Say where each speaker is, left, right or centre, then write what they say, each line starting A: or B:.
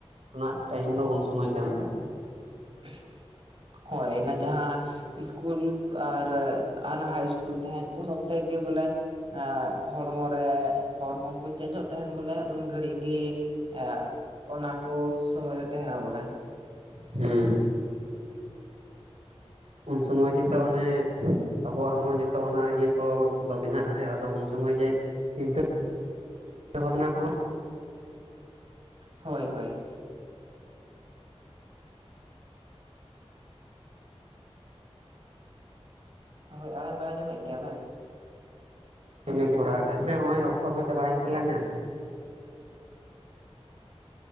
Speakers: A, on the right; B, on the right.
A: ᱨᱮᱱᱟᱜ ᱴᱟᱭᱤᱢ ᱫᱚ ᱩᱱ ᱥᱚᱢᱚᱭ ᱠᱟᱱ ᱛᱟᱭ ᱼᱼ
B: <inaudible> ᱦᱳᱭ ᱚᱱᱟ ᱡᱟᱦᱟᱸ ᱤᱥᱠᱩᱞ ᱟᱨ ᱟᱱᱦᱟᱜ ᱤᱥᱠᱩᱞ ᱛᱟᱦᱮᱸᱫ ᱼᱼ ᱩᱱ ᱱᱚᱛᱮ ᱜᱮ ᱵᱚᱞᱮ ᱼᱼ ᱮᱸ ᱦᱚᱲᱢᱚ ᱨᱮ ᱦᱚᱲᱢᱚ ᱠᱚ ᱪᱮᱧᱡᱚᱜ ᱛᱟᱦᱮᱱ ᱵᱚᱞᱮ ᱩᱱ ᱜᱷᱟᱹᱲᱤᱡ ᱜᱮ ᱮ ᱼᱼ ᱚᱱᱟ ᱠᱚ ᱥᱚᱢᱚᱭ ᱫᱚ ᱛᱟᱦᱮᱱᱟ ᱵᱚᱞᱮ।
A: ᱦᱩᱸ ᱩᱱᱥᱩᱢᱚᱭ ᱜᱮᱛᱚ ᱚᱱᱮ ᱟᱵᱚᱣᱟᱜ ᱦᱚᱸ ᱡᱚᱛᱚ ᱚᱱᱟ ᱤᱭᱟᱹ ᱠᱚᱫᱚ ᱵᱮᱱᱟᱜ ᱟᱥᱮ ᱟᱫᱚ ᱩᱱᱥᱚᱢᱚᱭ ᱜᱮ ᱼᱼ ᱪᱤᱱᱛᱟᱹ ᱷᱟᱵᱽᱱᱟ ᱠᱚᱦᱚᱸ
B: ᱦᱳᱭ ᱦᱳᱭ ᱦᱳᱭ ᱟᱲᱟᱝ ᱵᱮᱱ ᱟᱸᱡᱚᱢᱮᱫ ᱜᱮᱭᱟ ᱵᱮᱱ?
A: ᱤᱱᱟᱹᱜᱮ <unintelligible> ᱠᱚᱨᱟᱣ ᱜᱮ ᱱᱚᱜ ᱚᱚᱭ ᱚᱠᱛᱚ ᱦᱚᱸ ᱪᱟᱵᱟᱭᱮᱱ ᱛᱟᱞᱟᱝᱼᱟ᱾
B: <inaudible>